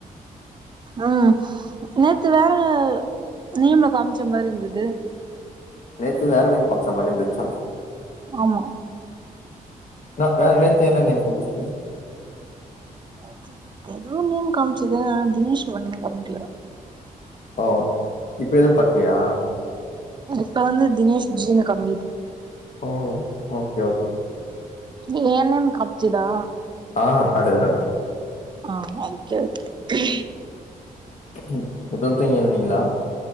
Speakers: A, on the right; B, on the left.
A: உம் நேத்து வேற நேம்ல காம்ச்ச மாரி இருந்தது
B: நேத்து வேற நேம் கொஞ்ச மாரி இருந்துச்சா
A: ஆமா
B: அ வேற நேத்து என்ன மேம் கோன்ச்சி
A: அச்சோ எதோ நேம் காமிச்சது ‌ஆனா தினேஷ் ஒன்னுமே காமிக்கல
B: ஓ இப்ப எதுவு காட்லையா
A: இப்ப வந்து தினேஷ் ஜீனு காமிக்குது
B: ஓ ஓகே ஓகே
A: ய நேம் காம்ச்சிதா
B: ஆ காட்டுது காட்டுது
A: ஆ ஓகே ஓகே
B: இப்பதா தூங்கி எழுதிங்களா